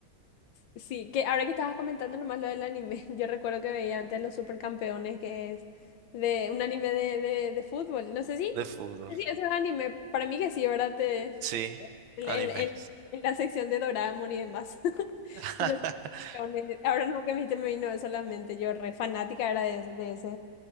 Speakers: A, on the left (about 75°); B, on the right (about 85°).
A: sí, que ahora que estabas comentando nomás lo del anime, <laughs> yo recuerdo que veía antes los supercampeones, que es de un anime de, de, de fútbol. No sé si, no
B: de fútbol.
A: sé si eso es anime, para mí que sí, ¿verdad? Te,
B: Sí,
A: en,
B: anime.
A: en- en- en la sección de Doraemon y demás. <laughs>
B: <laughs>
A: Los supercampeones. Ahora no que me dijiste, me vino eso a la mente, yo re fanática era de, ese- de ese,